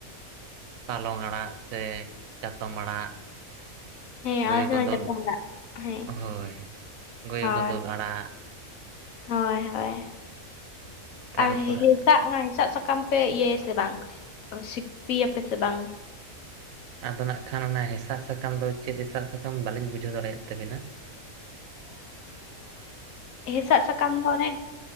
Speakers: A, on the right (about 75°); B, on the left (about 75°).
A: ᱦᱟᱞᱚᱝ ᱟᱲᱟᱜ ᱥᱮ ᱪᱟᱛᱚᱢ ᱟᱲᱟᱜ᱾
B: ᱦᱮᱸ
A: ᱜᱳᱭᱚ
B: ᱟᱞᱮ ᱥᱮᱫ
A: ᱜᱚᱱᱫᱚᱞ
B: ᱫᱚ ᱪᱟᱛᱚᱢ ᱟᱲᱟᱜ ᱦᱮᱸ
A: ᱦᱳᱭ ᱜᱳᱭᱚ
B: ᱦᱳᱭ
A: ᱜᱚᱱᱫᱚᱞ ᱟᱲᱟᱜ,
B: ᱦᱳᱭ ᱦᱳᱭ
A: ᱛᱟᱨᱯᱚᱨᱮ
B: ᱟᱨ ᱦᱤᱭᱟ ᱴᱟᱜ ᱦᱚᱸ ᱦᱮᱸᱥᱟᱜ ᱥᱟᱠᱟᱢ ᱯᱮ ᱤᱭᱟᱹ ᱭᱟ ᱥᱮ ᱵᱟᱝ ᱥᱤᱯᱤᱭᱟ ᱯᱮ ᱥᱮ ᱵᱟᱝ?
A: ᱟᱫᱚ ᱱᱟᱜ ᱠᱷᱟᱱ ᱚᱱᱟ ᱦᱮᱸᱥᱟᱜ ᱥᱟᱠᱟᱢ ᱫᱚ ᱪᱮᱫ ᱦᱮᱸᱥᱟᱜ ᱥᱟᱠᱟᱢ ᱵᱟᱞᱤᱧ ᱵᱩᱡᱷᱟᱹᱣ ᱫᱟᱲᱮᱭᱟᱜ ᱛᱟᱵᱤᱱᱟ?
B: <inaudible> ᱦᱮᱸᱥᱟᱜ ᱥᱟᱠᱟᱢ ᱫᱚ ᱚᱱᱮ